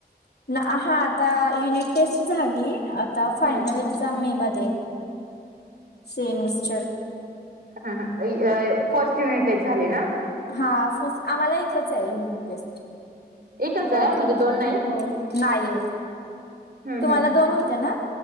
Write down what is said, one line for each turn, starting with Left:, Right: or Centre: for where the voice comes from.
Left: ना हा आता युनिट टेस्ट झाली. आता
Right: हम्म
Left: फायनल एक्झाम मे मध्ये सेमिस्टर.
Right: हा हा अं फर्स्ट युनिट झाली ना?
Left: हा फर्स्ट. आम्हाला एकचाय युनिट टेस्ट
Right: एकच आहे म्हणजे
Left: ते,
Right: दोन नाहीत?
Left: हो. नाहीये,
Right: हम्म
Left: तुम्हाला
Right: हम्म
Left: दोन होत्या ना?